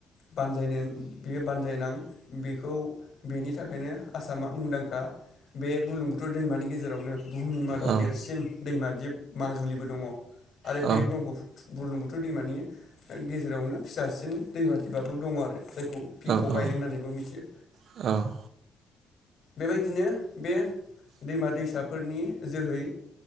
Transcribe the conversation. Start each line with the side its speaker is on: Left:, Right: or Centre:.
Left: बानजायनो बेयो बानजायनां बेखौ बेनि थाखायनो आसामा मुंदांखा। बे बुरलुंबुथुर दैमानि गेजेर जेरावनो बुहुमनि मादाव
Right: औ
Left: देरसिन दैमा। दिब माजुलिबो दङ। आरो
Right: औ
Left: बे ब्रह्मफु बुरलुंबुथुर दैमानि गेजेरावनो फिसासिन दैमा दिबा बो दङ आरो जाय <unintelligible>
Right: औ औ
Left: मिथियो।
Right: औ
Left: बेबायदिनो बे दैमा दैसाफोरनि जोहै